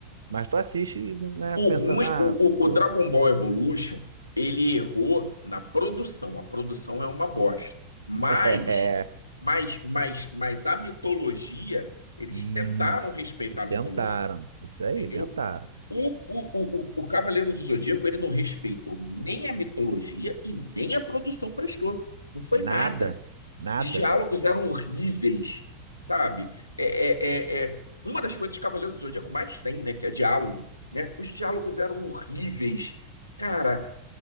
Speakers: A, on the right; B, on the left.
A: Mas tu assiste, né,
B: O
A: pensando,
B: ruim,
A: ah,
B: o, o,
A: pô.
B: o Dragon Ball Evolution, ele errou na produção. A produção é uma bosta. Mas,
A: <laughs> É,
B: mas, mas, mas a mitologia, eles
A: isso.
B: tentaram respeitar
A: Eles
B: a mitologia,
A: tentaram. Isso aí,
B: entendeu?
A: tentaram.
B: O, o, o, o Cavaleiro do Zodíaco, ele não respeitou nem a mitologia e nem a produção prestou. Não foi
A: Nada.
B: nada.
A: Nada.
B: Os diálogos eram horríveis, sabe? É, é, é, é- Uma das coisas que Cavaleiro do Zodíaco mais tem, né, que é diálogo, né? Os diálogos eram horríveis. Cara,